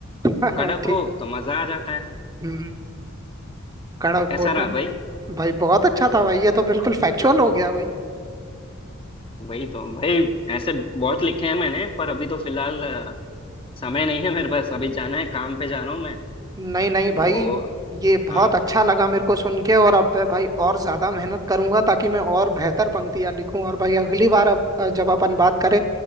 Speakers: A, on the right; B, on the left.
A: हाँ
B: कड़क
A: हाँ ठीक
B: हो तो मजा आ जाता है
A: हम्म कड़क
B: कैसा
A: हो
B: रहा
A: तुम
B: भाई
A: भाई बहुत अच्छा था भाई ये तो बिल्कुल फैक्चुअल हो गया भाई
B: वही तो भाई ऐसे बहुत लिखे हैं मैंने पर अभी तो फिलहाल अ, समय नहीं है मेरे पास अभी जाना है काम पे जा रहा हूँ मैं
A: नहीं नहीं
B: तो
A: भाई ये बहुत
B: हाँ
A: अच्छा लगा मेरे को सुन के और अब मैं भाई और ज्यादा मेहनत करूंगा ताकि मैं और बेहतर पंक्तियां लिखूं और भाई अगली बार अब अ, जब अपन बात करें